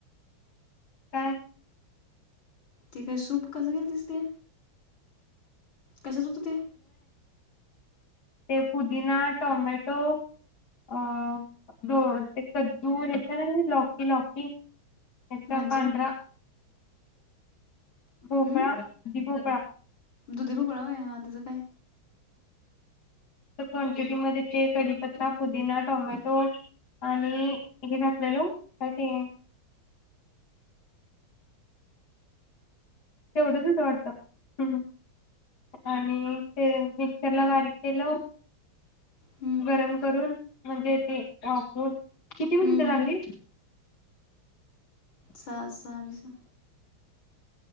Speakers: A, on the left (about 50°); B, on the left (about 65°).
A: काय?
B: ते काय सूप कसं केलतीस ते? कशाच होतं ते?
A: ते पुदीना, टोमॅटो अ ते कद्दू हेेत ना लॉकी, लॉकी <inaudible>
B: म्हणजे
A: पांढरा
B: हम्म
A: भोपळा दुधी भोपळा
B: दुधी भोपळा होय, हा तेचं काय?
A: क्वांटिटीमध्ये ते कडीपत्ता, पुदिना, टॉमॅटो आणि हे घातलेलो काय ते? तेवढच होत वाटत हं आणि ते मिक्सरला बारीक केलं
B: हम्म
A: गरम करून म्हणजे ते वाफवुन. किती मिनिटं
B: हम्म हम्म
A: लागली?
B: सहा साडेसहा